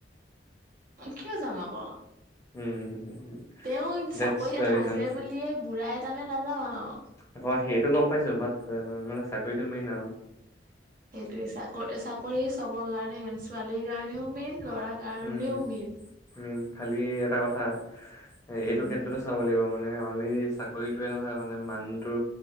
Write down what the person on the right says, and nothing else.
কিয় যাম আক।
তেওঁ চাকৰি
এটা
আছে বুলিয়ে বুঢ়া এটালে নাযাওঁ আও।
সেইটোয়ে চাকৰি -চাকৰি চবৰ কাৰণে মেইন ছোৱালীৰ কাৰণেও মেইন ল'ৰা কাৰণেও
মেইন।
উম,